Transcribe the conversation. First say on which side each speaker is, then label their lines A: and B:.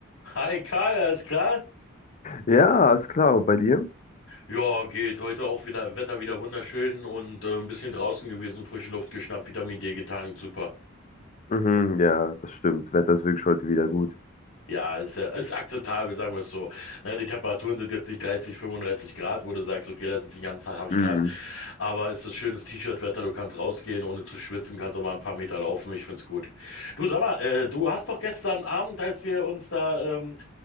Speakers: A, on the left; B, on the left.
A: Hi Karl, alles klar?
B: Ja, ist klar. Und bei dir?
A: Ja, geht. Heute auch wieder Wetter wieder wunderschön und äh, ein bisschen draußen gewesen, frische Luft geschnappt, Vitamin D getankt, super.
B: Mhm, ja, das stimmt. Wetter ist wirklich heute wieder gut.
A: Ja, ist, ja- ist akzeptabel, sagen wir es so. Na, die Temperaturen sind jetzt nicht 30, 35 Grad, wo du sagst, okay, da sitze ich den ganzen Tag am Strand,
B: Mhm.
A: aber es ist schönes T-Shirt-Wetter, du kannst rausgehen, ohne zu schwitzen, kannst auch mal ein paar Meter laufen, ich find's gut. Du, sag mal, äh, du hast doch gestern Abend, als wir uns da ähm,